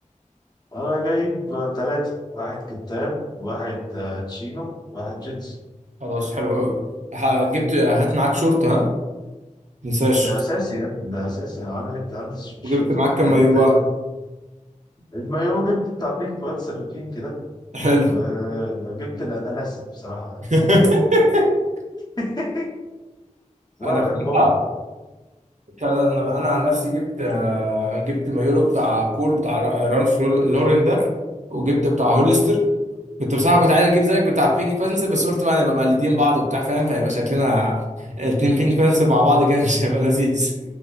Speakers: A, on the left; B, on the right.
A: انا جايب ثلاثه واحد كابتن واحد آه، تشينو واحد جينز
B: خلاص حلو قوي ح- جبت هات معاك شورت ها متنساش
A: ده اساسي يعني ده اساسي يعني انا عندي عندي الشيرت
B: وجبت معاك
A: الكابتن
B: كام مايو
A: بتاعي
B: بقى
A: المايو جبت بتاع بيك بانسر البينك كده
B: حلو
A: وجبت الاناناس بصراحه
B: <laughs>
A: فاهم <laughs> والله
B: انا فيها
A: بحبهم
B: بتاع ده، انا انا عن نفسي جبت آه، جبت مايولو بتاع بول بتاع را- رالف لورين ده وجبت بتاع هوليستر كنت بصراحه كنت عايز اجيب زيك بتاع بينك بانس بس قلت بقى نبقى مقلدين بعض وبتاع فاهم فيبقى شكلنا الاتنين بينك بانس مع بعض كده مش هيبقى لذيذ